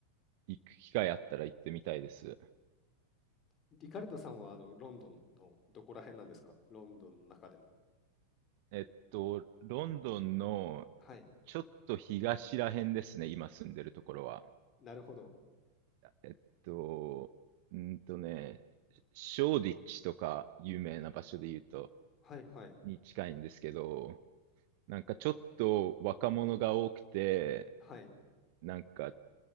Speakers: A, on the right (about 45°); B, on the left (about 30°).
A: 行く機会あったら行ってみたいです。
B: リカルドさんは、あの、ロンドンのどこら辺なんですかロンドンの中でも。
A: えっと、ロンドンの
B: はい。
A: ちょっと東ら辺ですね、今住んでるところは。
B: なるほど。
A: えっと、うーんとね、ショーディッチとか有名な場所で言うと、
B: はいはい。
A: に近いんですけど、なんかちょっと若者が多くて、
B: はい。
A: なんか